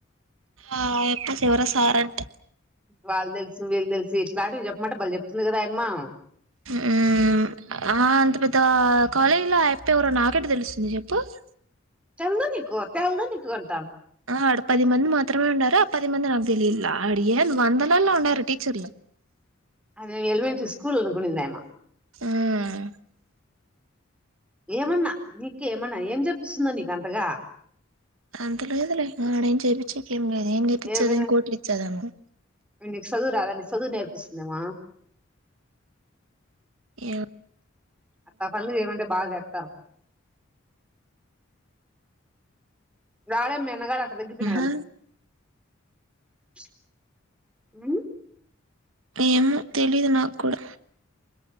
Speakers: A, on the right; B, in the centre.
A: ఆ ఎప్ప చివర సారంట
B: వాళ్ళు తెలుసు వీళ్ళు తెలుసు ఇట్లాంటివి చెప్పమంటే బలె చెప్తుంది కదాయమ్మా
A: మ్.. ఆ.. అంత పెద్ద కాలేజీ లో అయిప్పే ఎవరు నాకెట్ట తెలుస్తుంది చెప్ పస్
B: తెల్ద్ నికు తెల్దనికు అంటా
A: ఆ ఆడ పది మంది మాత్రమే ఉన్నారు ఆ పది మంది నాకు తెలియట్లా అడ ఏంది వందలల్లో ఉన్నారు టీచర్లు
B: అది నేను ఎలిమెంటరీ స్కూల్ అనుకునిందేమొ
A: మ్
B: ఏమన్నా నీకేమన్నా ఏం చెప్పిస్తుందో నీకంతగా
A: అంతలోదలే ఆడేం చేపిచ్చెది ఏం లేదు ఏ నేర్పిచ్చెది
B: ఏమి
A: కోట్లు ఇచ్చారెమన్న
B: నీకు చదువు రాదని చదువు నేర్పిస్తుందేమా
A: ఏమో
B: అట్టాంటోళ్లు ఏమంటే బాగా జత ఆ రాదమ్మి న్నగా అట్ట తగ్గిపోయినాడండి
A: ఆ
B: స్ మ్
A: ఏమో తెలీదు నాకు కూడా